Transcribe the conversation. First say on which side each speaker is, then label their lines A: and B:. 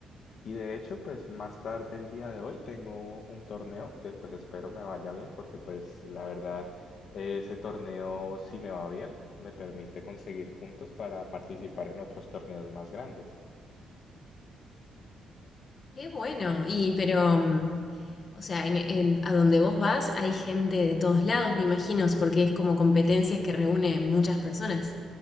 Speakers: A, on the left (about 60°); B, on the left (about 45°).
A: y de hecho, pues más tarde el día de hoy tengo un torneo que pues espero me vaya bien porque pues la verdad eh, ese torneo si me va bien me permite conseguir puntos para participar en otros torneos más grandes.
B: qué bueno. Y pero, mm, o sea, en, en- a donde vos vas hay gente de todos lados, me imagino, porque es como competencias que reúne muchas personas.